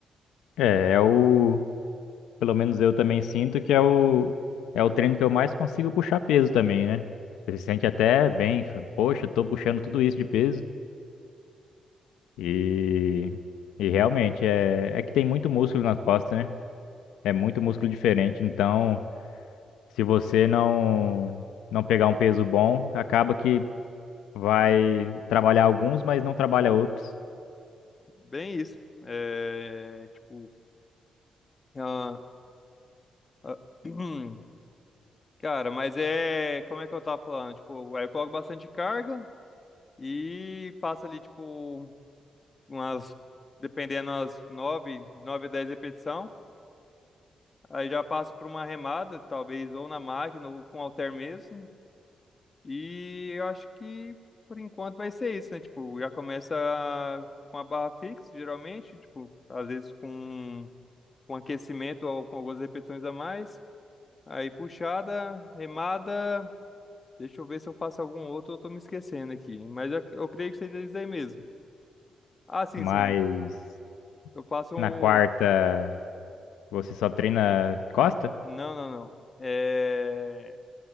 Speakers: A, on the left; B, on the left.
A: É, é o. Pelo menos eu também sinto que é o. É o treino que eu mais consigo puxar peso também, né? Você se sente até bem, fa- poxa, tô puxando tudo isso de peso. E. E realmente, é, é que tem muito músculo na costa, né? É muito músculo diferente. Então, se você não. Não pegar um peso bom, acaba que vai trabalhar alguns, mas não trabalha outros.
B: Bem isso. É, tipo. ah, ah, <clears throat> cara, mas é. Como é que eu tava falando? Tipo, aí eu coloco bastante carga e faço ali, tipo, umas. Dependendo, umas nove, nove 10 repetições. Aí já passo por uma remada, talvez ou na máquina ou com halter mesmo. E eu acho que por enquanto vai ser isso, né? Tipo, já começa com a barra fixa, geralmente, tipo, às vezes com, com aquecimento ou com algumas repetições a mais. Aí puxada, remada. Deixa eu ver se eu faço algum outro, eu tô me esquecendo aqui. Mas eu, eu creio que seja isso aí mesmo. Ah, sim,
A: Mas.
B: sim, eu, eu faço um.
A: Na quarta, você só treina costa?
B: Não, não, não. É.